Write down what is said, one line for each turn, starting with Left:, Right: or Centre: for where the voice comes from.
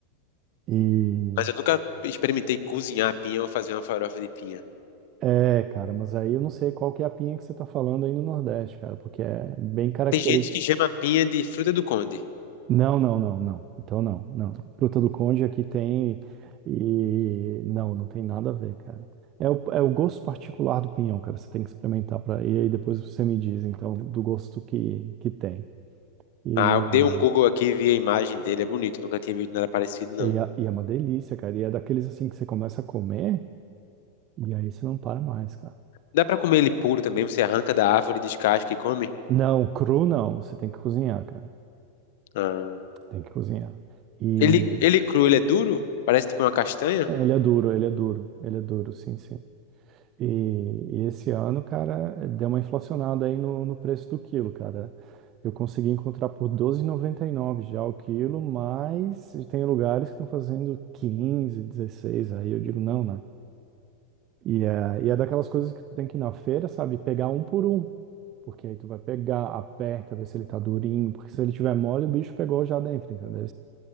Right: e.
Left: Mas eu nunca experimentei cozinhar pinha ou fazer uma farofa de pinha.
Right: É, cara, mas aí eu não sei qual que é a pinha que você tá falando aí no Nordeste, cara, porque é bem característico.
Left: Tem gente que chama pinha de fruta do conde.
Right: Não, não, não, não. Então não, não. Fruta do Conde aqui tem e não, não tem nada a ver, cara. É o, é o gosto particular do pinhão, cara. Você tem que experimentar para e aí depois você me diz, então, do gosto que, que tem. E,
Left: Ah, eu dei um Google aqui e vi a imagem dele, é bonito, nunca tinha visto nada parecido, não.
Right: e, é, e é uma delícia, cara. E é daqueles assim que você começa a comer e aí você não para mais, cara.
Left: Dá pra comer ele puro também, você arranca da árvore, descasca e come?
Right: Não, cru não. Você tem que cozinhar, cara.
Left: Ah.
Right: Tem que cozinhar. E
Left: Ele, ele é cru, ele é duro? Parece tipo uma castanha?
Right: é, ele é duro, ele é duro, ele é duro, sim, sim. E, e esse ano, cara, deu uma inflacionada aí no, no preço do quilo, cara. Eu consegui encontrar por doze e noventa e nove já o quilo, mas tem lugares que estão fazendo 15, 16. aí eu digo não, né? E é, e é daquelas coisas que tu tem que ir na feira, sabe? Pegar um por um, porque aí tu vai pegar, aperta, ver se ele tá durinho, porque se ele tiver mole, o bicho pegou já dentro, entendeu?